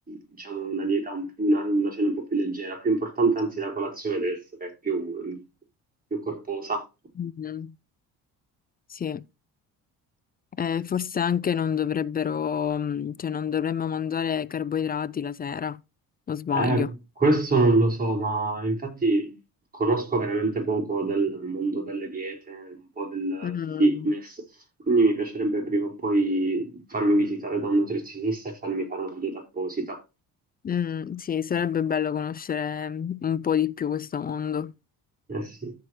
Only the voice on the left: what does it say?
mm. Sì. Eh, forse anche non dovrebbero, mm, cioè non dovremmo mangiare carboidrati la sera, o sbaglio.
Mm,
mm, sì, sarebbe bello conoscere un po' di più questo mondo.